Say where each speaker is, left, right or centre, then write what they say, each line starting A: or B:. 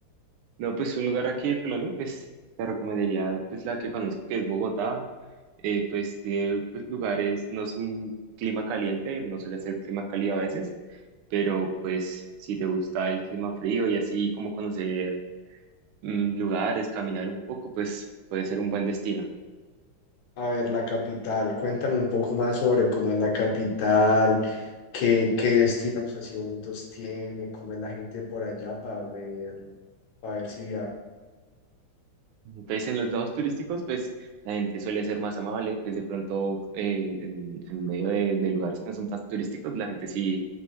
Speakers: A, on the right; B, on the left.
A: No, pues un lugar aquí de Colombia, pues te recomendaría pues la que conozco, que es Bogotá. Eh, pues tiene pues, lugares, no es un clima caliente, no suele ser clima cálido a veces, pero pues si te gusta el clima frío y así como conocer mm, lugares, caminar un poco, pues puede ser un buen destino.
B: A ver, la capital, cuéntame un poco más sobre cómo es la capital, qué, qué destinos así bonitos tiene, cómo es la gente por allá para ver, para ver si viajo.
A: Entonces, en los lados turísticos, pues la gente suele ser más amable, pues de pronto eh, en, en medio de, de lugares que no son tan turísticos, la gente sí